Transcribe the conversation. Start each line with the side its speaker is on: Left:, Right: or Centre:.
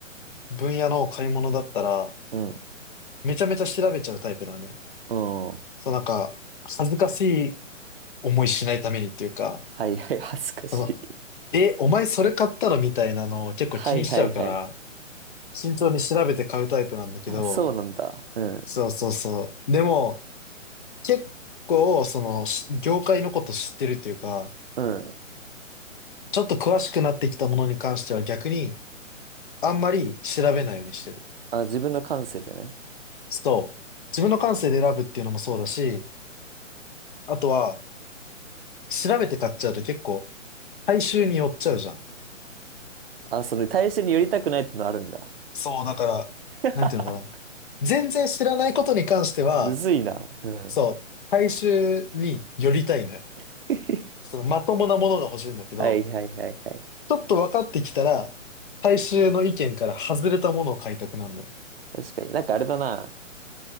Left: 分野の買い物だったら、
Right: うん
Left: めちゃめちゃ調べちゃうタイプだね。
Right: うん。は
Left: そうなんか、恥ずかしい思いしないためにっていうか、
Right: いはい、<laughs> 恥ずかしい。
Left: その、え、お前それ買ったのみたいなのを結構気にしちゃうから、
Right: はいはいはい。
Left: 慎重に調べて買うタイプなんだけど、
Right: あ、そうなんだ。うん。
Left: そうそうそう。でも、結構、その、し業界のこと知ってるというか、
Right: うん。
Left: ちょっと詳しくなってきたものに関しては逆に、あんまり調べないようにしてる。
Right: あ、自分の感性でね。
Left: そう。自分の感性で選ぶっていうのもそうだし、あとは、調べて買っちゃうと結構、大衆に寄っちゃうじゃん。
Right: あ、その対象に寄りたくないってのあるんだ。
Left: そう、だから、
Right: <laughs>
Left: なんていうのかな。全然知らないことに関しては、
Right: むずいな。うん。
Left: そう、大衆に寄りたいのよ。
Right: <laughs>
Left: その、まともなものが欲しいんだけど、
Right: はいはいはいはい。
Left: ちょっと分かってきたら、大衆の意見から外れたものを買いたくなるのよ。
Right: 確かに。なんかあれだな。